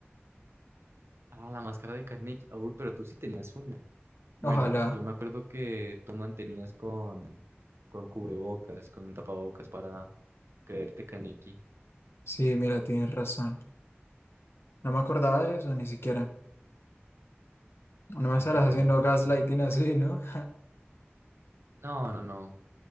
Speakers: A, on the right; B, on the left.
A: Ah, la máscara de Carnegie. Uy, pero tú sí tenías una. Bueno,
B: Ojalá.
A: yo me acuerdo que tú mantenías con, con cubrebocas, con un tapabocas para creerte Kaneki.
B: Sí, mira, tienes razón. No me acordaba de eso ni siquiera. No
A: Ay,
B: me estarás
A: tan bonito.
B: haciendo gaslighting
A: <laughs>
B: así, ¿no? <laughs>
A: No, no, no.